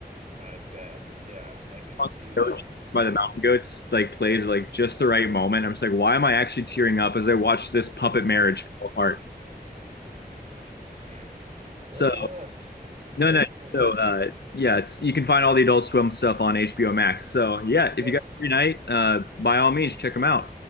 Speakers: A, on the right (about 45°); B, on the left (about 80°).
A: I bet. Yeah. I
B: <laughs>
A: can see that. Yeah.
B: by the Mountain Goats like plays like just the right moment. I'm just like, why am I actually tearing up as I watch this puppet marriage fall apart?
A: <laughs> yeah. Right
B: So
A: on, man.
B: no,
A: Very
B: no.
A: cool.
B: So uh, yeah, it's you can find all the Adult Swim stuff on HBO Max. So yeah, if
A: Yeah.
B: you got a free night, uh, by all means, check them out.